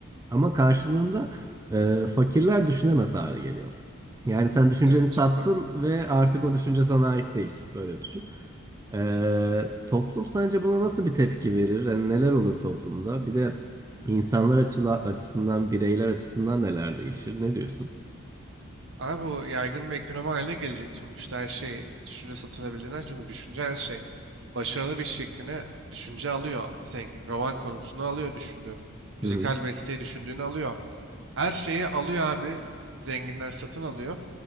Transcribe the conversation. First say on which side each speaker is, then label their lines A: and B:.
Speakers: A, on the right (about 15°); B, on the right (about 65°).
A: Ama karşılığında e, fakirler düşünemez hale geliyor. Yani sen düşünceni
B: Evet.
A: sattın
B: çünkü
A: ve artık o düşünce sana ait değil. Böyle düşün. E, toplum sence buna nasıl bir tepki verir? Yani neler olur toplumda? Bir de insanlar açıla, açısından, bireyler açısından neler değişir? Ne diyorsun?
B: Ama bu yaygın bir ekonomi haline gelecek sonuçta her şey düşünce satılabildiğinden. Çünkü düşünce her şey. Başarılı bir iş fikrini düşünce alıyor zengin. Roman konusunu alıyor düşündüğün. Müzikal
A: Hı hı,
B: besteyi düşündüğünü alıyor. Her şeyi alıyor abi. Zenginler satın alıyor.